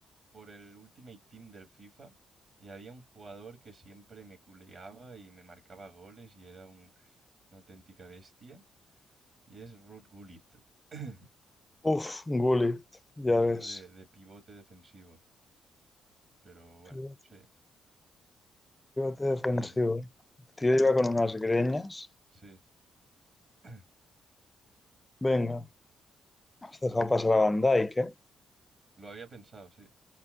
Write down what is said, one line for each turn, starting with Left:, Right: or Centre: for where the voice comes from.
Right: por el Ultimate Team del FIFA. Y había un jugador que siempre me culeaba y me marcaba goles y era un- una auténtica bestia. Y es Ruud Gullit. <coughs> <clears throat>
Left: Uf, Gullit, ya
Right: Ponmelo
Left: ves.
Right: de, de pivote defensivo. Pero bueno,
Left: pivote-
Right: sí.
Left: defensivo.
Right: Ahí,
Left: El tío iba con unas greñas.
Right: sí. <clears throat>
Left: Venga, has dejado pasar a Van Dijk, ¿eh?
Right: Lo había pensado, sí.